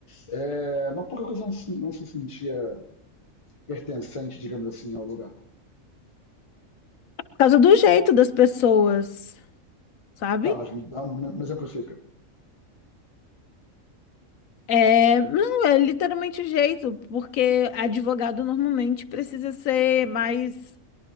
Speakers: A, on the left; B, on the left.
A: É, mas por que você não, se- não se sentia pertencente, digamos assim, ao lugar?
B: Por causa do jeito das pessoas, sabe?
A: Tá, mas me dá- me exemplifica.
B: É, não, é literalmente o jeito, porque advogado normalmente precisa ser mais.